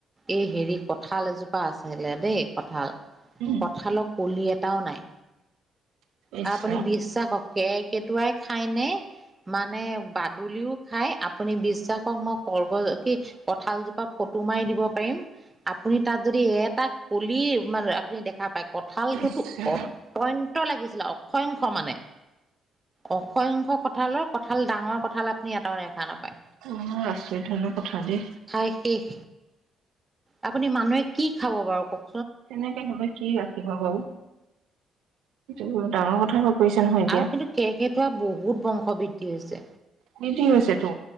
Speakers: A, on the right (about 15°); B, on the right (about 85°).
A: এই হেৰি কঁঠাল এজোপা আছিলে দেই কঁঠাল
B: উম
A: কঁঠালৰ কলি এটা। এটাও নাই।
B: ইচ্
A: আ আপুনি
B: ৰাম
A: বিশ্বাসক কেৰ্কেটুৱাই খাইনে মানে বাদুলিও খাই আপুনি বিশ্বাস কৰক মই <unintelligible> কঁঠালজোপা ফটো। ফটো মাৰি দিব পাৰিম আপুনি তাত যদি এটা কলি মানে আপুনি দেখ দেখা পাই কঁঠালটোতো
B: ইছ
A: অত্যন্ত লাগিছিলে অসংখ্য মানে। অসংখ্য কঁঠালৰ কঁঠাল ডাঙৰ কঁঠাল আপুনি এটাও নাই। দেখা নাপায়
B: ৰাম বৰ আচৰিত ধৰণৰ কথা দেই।
A: খাই শেষ। আপুনি মানুহে কি খাব বাৰু কওক
B: তেনেকে হলে কি ৰাখিব বাৰু। এই বৰ ডাঙৰ কথা হৈ পৰিছে নহয় এতিয়া।
A: আৰু কিন্তু কেৰ্কেটুৱা বহুত বংশ বৃদ্ধি হৈছে।
B: বৃদ্ধি হৈছেতো